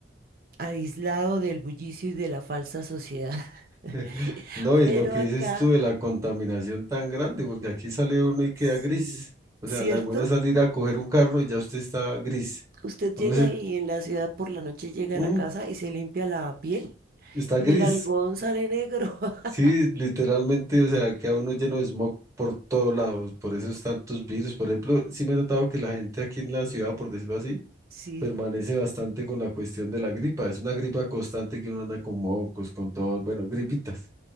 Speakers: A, on the right; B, on the right.
A: aislado del bullicio y de la falsa sociedad. <laughs>
B: <laughs> No, y
A: Pero
B: lo que
A: acá,
B: dices tú de la contaminación tan grande, porque aquí sale uno y queda
A: sí,
B: gris. O
A: ¿cierto?
B: sea, la demora de salir a coger un carro y ya usted está gris.
A: Usted llega
B: Uno se,
A: y en la ciudad por la noche llega
B: mm,
A: a la casa y se limpia la piel
B: está
A: y
B: gris.
A: el algodón sale negro. <laughs>
B: Sí, literalmente, o sea, queda uno lleno de smog por todos lados, por esos tantos virus. Por ejemplo, sí me he notado que la gente aquí en la ciudad, por decirlo así,
A: Sí,
B: permanece bastante con la cuestión de la gripa. Es una gripa constante que uno anda con mocos, con todo, bueno, gripitas